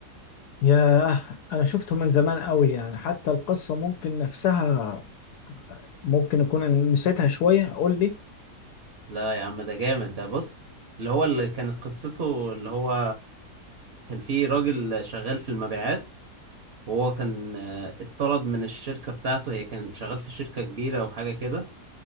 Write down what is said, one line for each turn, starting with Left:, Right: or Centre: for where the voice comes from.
Left: ياه أنا شفته من زمان قوي يعني حتى القصة ممكن نفسها ممكن أكون نسيتها شوية قول لي
Right: لا يا عم ده جامد ده بص اللي هو اللي كانت قصته اللي هو كان فيه راجل شغال في المبيعات وهو كان آه، اتطرد من الشركة بتاعته هي كانت شغال في شركة كبيرة وحاجة كده